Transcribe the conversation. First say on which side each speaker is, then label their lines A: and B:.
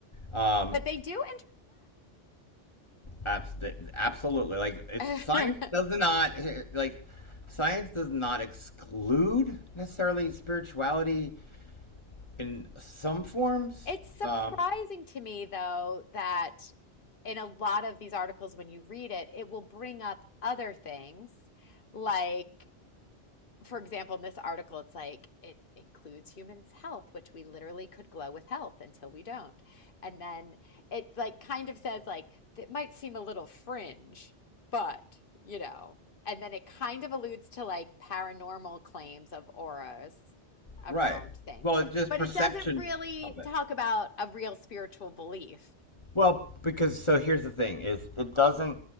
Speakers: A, on the left; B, on the left.
A: Um,
B: But they do
A: absolutely. Like it's
B: intersect.
A: science
B: <laughs>
A: does not like science does not exclude necessarily spirituality in some forms.
B: It's surprising
A: Um,
B: to me, though, that in a lot of these articles, when you read it, it will bring up other things like for example, in this article, it's like it includes humans' health, which we literally could glow with health until we don't. And then it like kind of says like it might seem a little fringe, but you know. And then it kind of alludes to like paranormal claims of auras around
A: right.
B: things,
A: Well, it's just
B: but
A: perception
B: it doesn't really
A: of it.
B: talk about a real spiritual belief.
A: Well, because so here's the thing: is it doesn't.